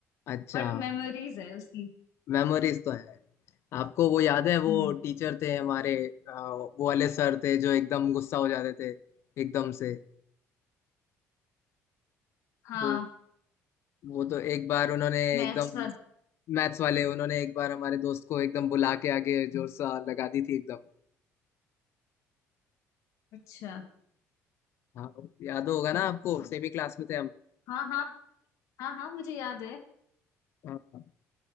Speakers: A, on the left (about 50°); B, on the left (about 65°).
A: अच्छा
B: बट मेमोरीज है उसकी
A: मेमोरीज तो है आपको वो याद है वो
B: हम्म
A: टीचर थे हमारे अ, वो वाले सर थे जो एकदम गुस्सा हो जाते थे एकदम से
B: हाँ
A: वो वो तो एक बार उन्होंने
B: मैथ्स
A: एकदम
B: वाला
A: मैथ्स वाले उन्होंने एक बार हमारे दोस्त को एकदम बुला के आगे जोर सा लगा दी थी एकदम
B: अच्छा
A: हाँ याद होगा ना आपको सेमी क्लास में थे हम
B: हाँ हाँ हाँ हाँ मुझे याद है
A: हाँ,